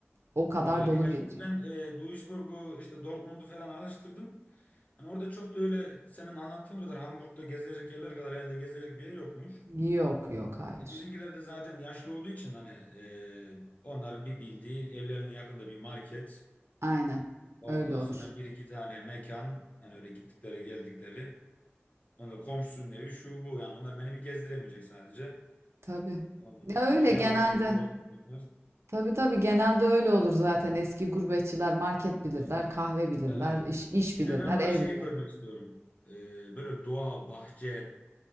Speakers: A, on the right; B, on the left.
A: O kadar
B: Güzel.
A: dolu
B: Ya
A: geçecek.
B: şimdi ben e, Duisburg'u işte Dortmund'u falan araştırdım. Hani orada çok da öyle senin anlattığın kadar Hamburg'da gezilecek yerler kadar herhalde gezilecek bir yer yokmuş.
A: Yok yok hayır.
B: E, bizimkiler de zaten yaşlı olduğu için hani e, onların bir bildiği evlerinin yakında bir market.
A: Aynen.
B: Ondan
A: Öyle olur.
B: sonra bir iki tane mekan hani öyle gittikleri geldikleri. Ondan komşusunun evi şu bu yani onlar beni bir gezdiremeyecek sadece.
A: Tabii.
B: Ondan
A: Ya öyle
B: sonra yalandan
A: genelde.
B: bir dolaştıracaklar.
A: Tabii tabii genelde öyle olur zaten. Eski gurbetçiler market bilirler, kahve bilirler,
B: Evet.
A: iş, iş bilirler,
B: Bir de ben orada
A: ev
B: şeyi
A: bilirler.
B: görmek istiyorum. Ee, böyle doğa, bahçe,